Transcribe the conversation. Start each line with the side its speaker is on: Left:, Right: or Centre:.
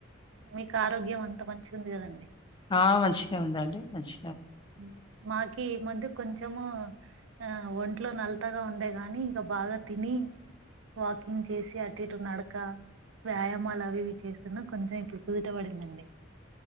Right: మీకు ఆరోగ్యం అంత మంచి ఉంది కదండి
Left: ఆ మంచిగనే ఉందండి మంచి
Right: ఉ మాకి మందు కొంచెము ఆ ఒంట్లో నలతగా ఉండే గాని ఇంక బాగా తిని వాకింగ్ చేసి అటు ఇటు నడక వ్యాయామాలు అవివి చేస్తున్నా కొంచెం ఇప్పుడు కుదుటబడిందండి